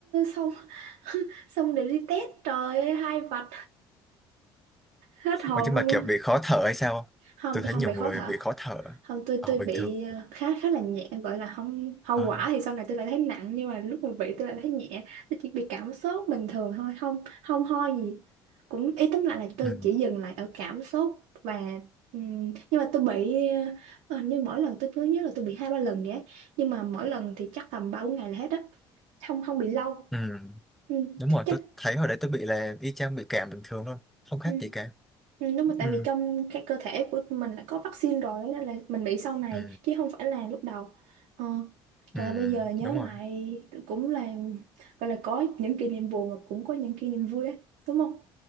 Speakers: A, on the right; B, in the centre.
A: xong <laughs> xong để đi test trời ơi hai vạch hết hồn
B: Ôi, nhưng
A: luôn
B: mà kiểu bị khó thở hay sao không?
A: không
B: tôi
A: tôi
B: thấy
A: không
B: nhiều
A: bị khó
B: người
A: thở
B: bị khó thở
A: không tôi
B: ở
A: tôi
B: bình
A: bị
B: thường
A: ờ, khá khá là nhẹ gọi là không hậu
B: à,
A: quả thì sau này tôi lại thấy nặng nhưng mà lúc mà bị tôi lại thấy nhẹ tôi chỉ bị cảm sốt bình thường thôi không không ho gì cũng ý tóm lại là tôi
B: ừ.
A: chỉ dừng lại ở cảm sốt và ừm, nhưng mà tôi bị ờ, ờ, như mỗi lần tôi cứ nhớ là tôi bị hai ba lần vậy á. nhưng mà mỗi lần thì chắc tầm ba bốn ngày là hết á không không bị lâu
B: Ừ.
A: ừ,
B: đúng rồi
A: chắc
B: tôi thấy hồi đấy tôi bị là y chang bị cảm bình thường luôn không khác
A: Ừ.
B: gì cả
A: Ừ, Đúng rồi tại
B: ừ.
A: vì trong cái cơ thể của mình đã có vaccine rồi nên là mình bị sau này
B: Ừ,
A: chứ không phải là lúc đầu ờ. Trời
B: ừ,
A: ơi, bây giờ nhớ
B: đúng
A: lại
B: rồi
A: cũng là gọi là có những kỷ niệm buồn mà cũng có những kỷ niệm vui á đúng không?